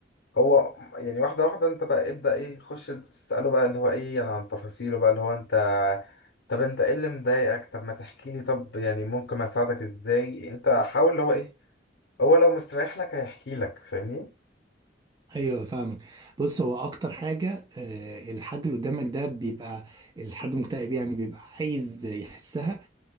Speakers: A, on the left (about 85°); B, on the right (about 25°).
A: هو يعني واحدة واحدة انت بقى ابدأ ايه خش تسأله بقى اللي هو ايه انا عن تفاصيله بقى اللي هو انت طب انت ايه اللي مضايقك طب ما تحكي لي طب يعني ممكن اساعدك ازاي انت حاول اللي هو ايه هو لو مستريح لك هيحكي لك فاهمني
B: أيوه فاهمك بص هو أكتر حاجة آه، الحد اللي قدامك ده بيبقى الحد المكتئب يعني بيبقى عايز يحسها